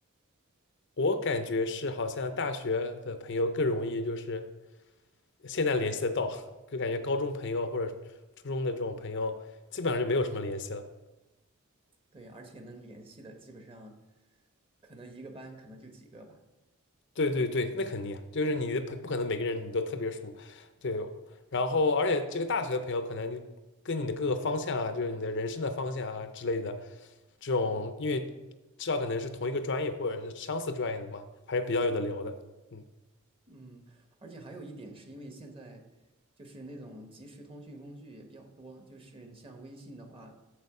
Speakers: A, on the left; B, on the right.
A: 我感觉是好像大学的朋友更容易就是。现在联系得到，就感觉高中朋友或者初中的这种朋友，基本上就没有什么联系了。
B: 对，而且能联系的基本上，可能一个班可能就几个吧。
A: 对对对，那肯定啊，就是你的朋不可能每个人你都特别熟，对。然后，而且这个大学的朋友可能就跟你的各个方向啊，就是你的人生的方向啊之类的，这种因为至少可能是同一个专业或者是相似专业的嘛，还是比较有的聊的。嗯，
B: 嗯，而且还有一点是因为现在就是那种即时通讯工具也比较多，就是你像微信的话，